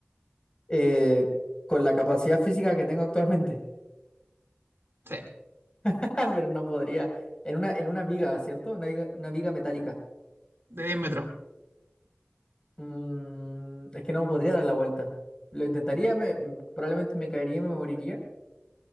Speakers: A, on the left; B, on the right.
A: Eh, con la capacidad física que tengo actualmente.
B: Sí,
A: <laughs> Pero no podría. En una, en una viga, ¿cierto? Una viga, una viga metálica.
B: de diez metros.
A: Mm, es que no podría dar la vuelta. Lo intentaría, me, mm, probablemente me caería y me moriría.